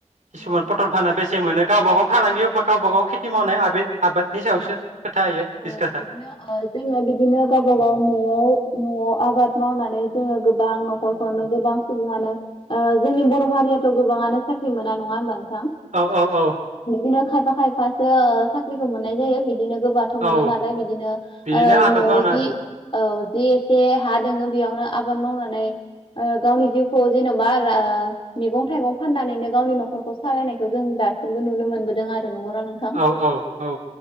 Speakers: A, on the right (about 75°); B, on the left (about 45°).
A: किसुमान
B: औ
A: पटल फानना बेसे मोनो गावबा गाव फालाांगियाव गावबा गाव खेथि मावनाय
B: औ
A: आबे आबादनि सायावसो खोथा इयो
B: औ
A: दिसकासा
B: बिदिनो ओ जोङो बिदिनो गावबा गाव न'आव न'आव आबाद मावनानै जोङो गोबां न'खरखौनो गोबां सुबुङानो ओ जोंनि बर' हारियाथ' गोबाङानो साख्रि मोना नङा होमबा नोंथां
A: ओ औ औ
B: बिदिनो खायफा खायसो ओ साख्रिखौ मोननाय जायो बिदिनो गो थ' मोना
A: औ
B: नालाय बिदिनो
A: बिदिनो
B: ओ
A: आबाद
B: न'आव
A: मावना
B: जि औ जि एसे हा दोङो बेयावनो आबाद मावनानै ओ गावनि जिउखौ जेन'बा मैगं थाइगं फाननानैनो गावनि न'खरखौ सालायनायखौ जों दासिमबो नुनो मोनबोदों आरो नंगौना नोंथां
A: औ औ औ